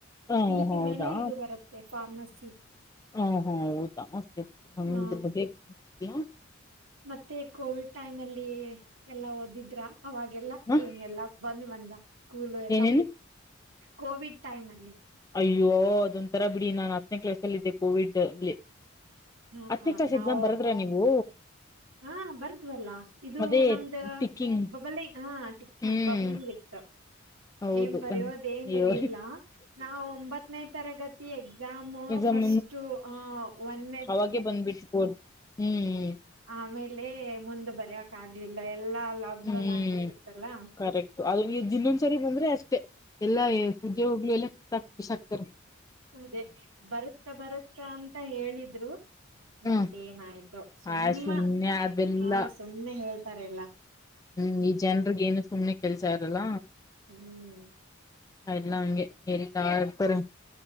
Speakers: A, on the left (about 15°); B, on the right (about 80°).
A: ಹ
B: ಸಿಇಟಿ
A: ಹೌದಾ
B: ಮೇಲೆ ಇದು ಬರುತ್ತೆ ಫಾರ್ಮಸಿ ಸಿ
A: ಹ ಹಾ ಹೌದ ಸರ್ ಅಂದ್ರು
B: ಹ
A: ಬಗ್ಗೆ ಬ್ಯಾ
B: ಮತ್ತೆ ಕೋವಿಡ್ ಟೈಮ್ ಅಲ್ಲಿ ಎಲ್ಲಾ ಓದಿದ್ರ ಅವಾಗೆಲ್ಲ
A: ಹ
B: ಏನೆಲ್ಲಾ ಬಂದ ಮಂದ ಸ್ಕೂಲು ಎಲ್ಲ
A: ಏನೇನು
B: ಕೋವಿಡ್ ಟೈಮ್ ಅಲ್ಲಿ
A: ಅಯ್ಯೋ ಅದೊಂತರ ಬಿಡಿ ನಾನ್ ಹತ್ತನೇ ಕ್ಲಾಸ್ ಅಲ್ಲಿ ಇದ್ದೆ ಕೋವಿಡ್ ಅಲ್ಲಿ
B: ಹಾ
A: ಹತ್ತನೇ ಕ್ಲಾಸ್
B: ನಾವು
A: ಎಕ್ಸಾಮ್ ಬರದ್ರ ನೀವು
B: ಹಾ ಬರ್ದ್ವಲ್ಲ ಇದು
A: ಅದೇ
B: ನಮ್ದ
A: ಟಿಕ್ಕಿಂಗ್
B: ಬಬಲಿಂಗ್ ಹಾ ಟಿಕಿಂಗ್
A: ಹ್ಮ್
B: ಬಬಲಿಂಗ್ ಇತ್ತು
A: ಹೌದು
B: ಏನ್ ಬರೆಯೋದೇನ್
A: ಕಣ್ ಅಯ್ಯೋ
B: ಇರ್ಲಿಲ್ಲ ನಾವು ಒಂಬತ್ತನೇ ತರಗತಿ ಎಕ್ಸಾಮ್
A: ಎಕ್ಸಾಮ್
B: ಫಸ್ಟ್ ಅ ಒನ್ನೆ
A: ಅವಾಗೆ ಬಂದ್ಬಿಟ್ಬೋದು ಹ್ಮ್ ಹ್ಮ್
B: ಆಮೇಲೆ ಮುಂದ್ ಬರಕ ಆಗ್ಲಿಲ್ಲ ಎಲ್ಲಾ ಲಾಕ್
A: ಹ್ಮ್
B: ಡೌನ್ ಆಗ್ಬಿಟ್ಟಿತ್ತಲ್ಲ
A: ಕರೆಕ್ಟ್ ಅದು ಇನ್ನೊಂದ್ಸರಿ ಬಂದ್ರ ಅಷ್ಟೆ ಎಲ್ಲಾ ಎ ಕುದ್ಯೋಗ್ಲಿ ಎಲ್ಲ ತ ಬಿಸಾಕತ್ರೆ
B: ಅದೇ ಬರುತ್ತ ಬರುತ್ತ ಅಂತ ಹೇಳಿದ್ರು ಮತ್ತೇನಾಯ್ತೋ
A: ಹ್ಮ್
B: ಸುಮ್ಮ
A: ಆ ಸುಮ್ನೆ ಅದೆಲ್ಲ
B: ಹಾ ಸುಮ್ಮ್ನೆ ಹೇಳ್ತಾರೆ ಎಲ್ಲ
A: ಹ್ಮ್ ಈ ಜನ್ರ್ಗೆ ಏನು ಸುಮನೆ ಕೆಲ್ಸ ಇರಲ್ಲ
B: ಹ್ಮ್
A: ಹ ಇಲ್ಲಾ ಹಂಗೆ ಹೇಳ್ತಾ ಇರ್ತಾರೆ